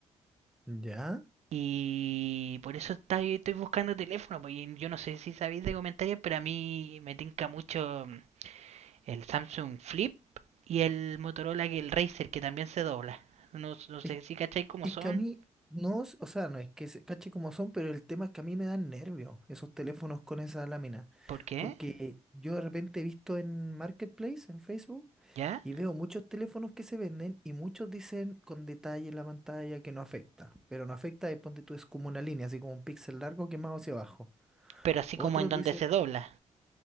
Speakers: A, in the centre; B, on the right.
A: ¿Ya?
B: Y por eso está- estoy buscando teléfono. porque yo no sé si sabéis de comentarios, pero a mí me tinca mucho mm, el Samsung Flip y el Motorola que el Racer que también se dobla. No, no sé
A: Es,
B: si cacháis cómo
A: es
B: son,
A: que a mí, no, s- o sea, no es que se cache como son, pero el tema es que a mí me dan nervios esos teléfonos con esa lámina.
B: por qué,
A: Porque yo de repente he visto en Marketplace, en Facebook,
B: ya,
A: Y veo muchos teléfonos que se venden y muchos dicen con detalle en la pantalla que no afecta. Pero no afecta, es, ponte tú, es como una línea, así como un píxel largo quemado hacia abajo.
B: pero así
A: Otros
B: como en donde
A: dicen,
B: se dobla.